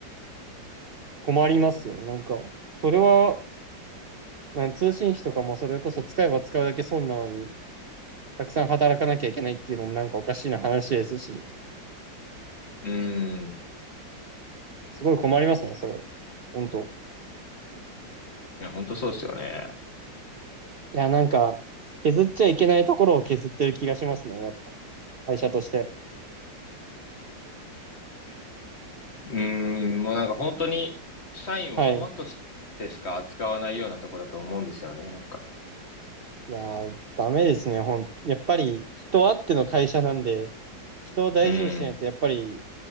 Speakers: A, on the right (about 80°); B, on the left (about 35°).
A: 困りますよ。なんか、それはなん通信費とかもそれこそ使えば使うだけ損なのに、たくさん働かなきゃいけないっていうのもなんかおかしいな話ですし、
B: うーん。い
A: すごい困りますね、それ。本当。
B: や、本当そうですよね。
A: いや、なんか、削っちゃいけないところを削ってる気がしますね、やっぱ。会社として。
B: うーん。もうなんか本当に、社員を駒としてしか扱わないようなとこだと思うんですよね、
A: はい。
B: なんか。
A: いやー、ダメですね、ほん。やっぱり、人あっての会社なんで、人を大事にしないと、
B: うん。
A: やっぱり、